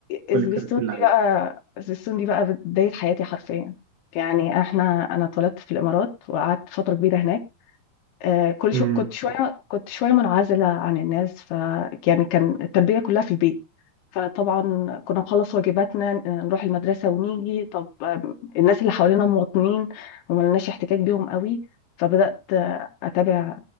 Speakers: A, on the right; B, on the left.
A: وكل
B: سبيستون
A: الكارتين اللي عليها
B: دي بقى سبيستون دي بقى بدايه حياتي حرفيا يعني احنا انا اتولدت في الامارات وقعدت فتره كبيره هناك آه، كل
A: امم
B: شو كنت شوية كنت شوية منعزلة عن الناس ف يعني كان التربية كلها في البيت فطبعا كنا نخلص واجباتنا آه، نروح المدرسة ونيجي طب آه، الناس اللي حوالينا مواطنين وما لناش احتكاك بيهم قوي فبدأت آه، أتابع